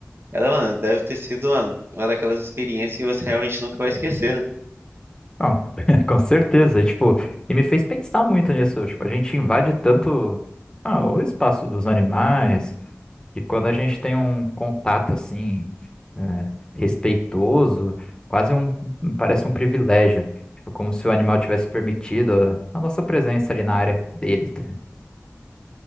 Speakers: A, on the right (about 50°); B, on the left (about 15°).
A: Ela, mano, deve ter sido, mano, uma daquelas experiências que você <laughs> realmente nunca vai esquecer, né?
B: Não, <laughs> com certeza. E, tipo, e me fez pensar muito nisso. Tipo, a gente invade tanto, ah, o espaço dos animais, e quando a gente tem um contato assim, é, respeitoso, quase um, parece um privilégio. Tipo, como se o animal tivesse permitido a a nossa presença ali na área dele. tá ligado?